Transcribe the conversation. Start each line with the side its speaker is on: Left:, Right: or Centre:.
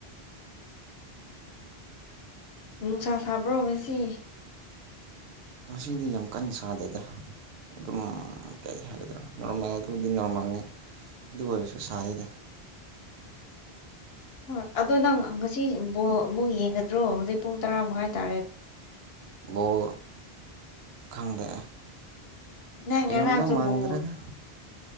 Left: ꯅꯨꯡꯁꯥ ꯁꯥꯕ꯭ꯔꯣ ꯉꯁꯤ꯫
Right: ꯉꯁꯤꯗꯤ ꯌꯥꯝ ꯀꯟ ꯁꯥꯗꯦꯗ꯫ ꯑꯗꯨꯝ ꯀꯩ ꯍꯥꯏꯒꯗ꯭ꯔꯥ ꯅꯣꯔꯃꯦꯜꯗꯨꯕꯨꯗꯤ ꯅꯣꯔꯃꯜꯅꯤ ꯑꯗꯨ ꯑꯣꯏꯔꯁꯨ ꯁꯥꯢꯌꯤꯗ꯫
Left: ꯍꯣꯏ ꯑꯗꯣ ꯅꯪ ꯉꯁꯤ ꯕꯣꯜ ꯑꯃꯨ ꯌꯦꯡꯒꯗ꯭ꯔꯣ ꯍꯧꯖꯤꯛ ꯄꯨꯡ ꯇꯔꯥꯃꯉꯥꯏ ꯇꯥꯔꯦ꯫
Right: ꯕꯣꯜ ꯈꯪꯗꯦ
Left: ꯅꯪ ꯉꯔꯥꯡꯁꯨ
Right: ꯌꯦꯡꯗꯧ ꯃꯥꯟꯗ꯭ꯔꯦꯗ꯫
Left: ꯕꯣꯜ